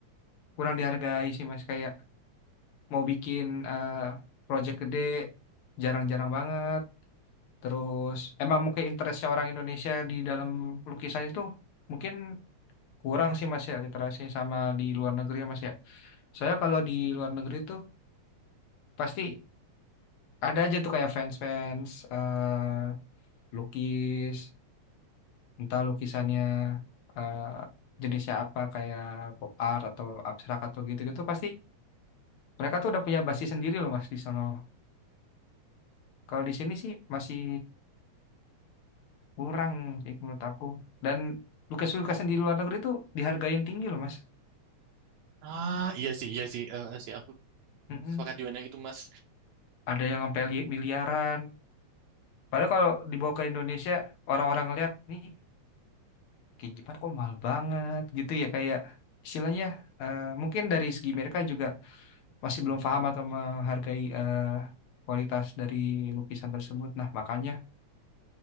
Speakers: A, on the left; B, on the right.
A: kurang dihargai sih Mas. Kayak mau bikin eh, project gede jarang-jarang banget. Terus emang mungkin interestnya orang Indonesia di dalam lukisan itu mungkin kurang sih Mas ya literasinya sama di luar negeri ya Mas ya. Soalnya kalau di luar negeri tuh pasti ada aja tuh kayak fans-fans eh, lukis entah lukisannya eh, jenisnya apa kayak pop art atau abstrak atau gitu-gitu pasti mereka tuh udah punya basis sendiri loh mas di sono kalau di sini sih masih kurang sih menurut aku dan lukisan-lukisan di luar negeri tuh dihargain tinggi loh mas
B: Ah, iya sih, iya sih, eh eh, sih aku
A: Mm-mm.
B: sepakat juga dengan itu Mas.
A: ada yang sampai li- miliaran padahal kalau dibawa ke Indonesia orang-orang ngeliat nih kayak gimana kok mahal banget gitu ya kayak istilahnya eh, mungkin dari segi mereka juga masih belum paham atau menghargai eh, kualitas dari lukisan tersebut. Nah, makanya